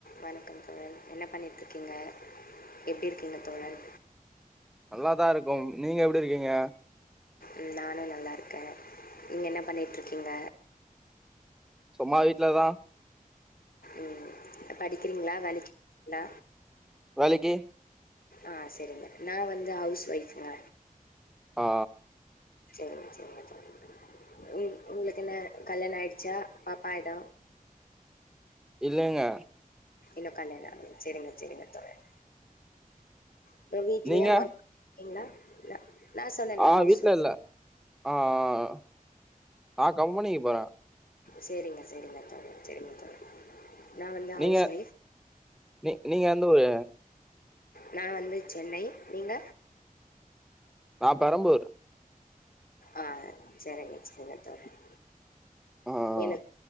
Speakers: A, on the left; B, in the centre.
A: வணக்கம் தோழன் என்ன பண்ணிட் இருக்கீங்க எப்டி இருக்கீங்க தோழன்
B: நல்லாதா இருக்கும் நீங்க எப்டி இருக்கீங்க
A: ம் நானு நல்லா இருக்க நீங்க என்ன பண்ணிட்டு இருக்கீங்க
B: சும்மா வீட்லதான்
A: ம் படிக்கிறீங்களா வேலைக்கு ல
B: வேளைக்கு
A: ஆஹ் சேரிங்க நா வந்து ஹவுஸ் வைஃப்ங்க
B: ஆ
A: சேரிங்க சேரிங்க தோழன் உ உங்களுக்கு என்ன கல்யாண ஆயிடுச்சா பாப்பா எத
B: இல்லங்கா
A: இன்னு கல்லயாண சேரிங்க சேரிங்க தோழன் இப்ப வீட்லயா
B: நீங்க
A: ஒர்க் <unintelligible> சொன்னேனே
B: ஆ
A: ஹவுஸ்
B: வீட்டுல
A: ஒய்ஃப்
B: இல்ல ஆ ஆ நா கம்பனிக்கி போற
A: செரிங்க செரிங்க தோழர் செரிங்க தோழர் நான் வந்து
B: நீங்க
A: ஹவுஸ் ஒய்ஃப்
B: நீ நீங்க வந்து ஒரு
A: நா வந்து சென்னை நீங்க
B: நா பெரம்பூர்
A: ஆ சேரிங்க சேரிங்க தோழன்
B: ஆ
A: எனக்